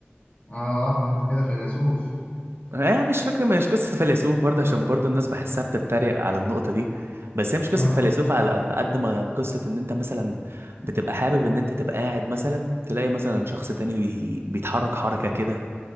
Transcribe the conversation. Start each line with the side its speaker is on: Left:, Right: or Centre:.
Left: اه ده انت كده فيلسوف
Right: آه مش فكرة مش قصة فيلسوف برضه عشان برضه الناس بحسها بتتريق على النقطة دي بس هي مش
Left: <laughs>
Right: قصة فيلسوف على قد ما قصة ان انت مثلا بتبقى حابب ان انت تبقى قاعد مثلا تلاقي مثلا شخص تاني بي... بيتحرك حركة كده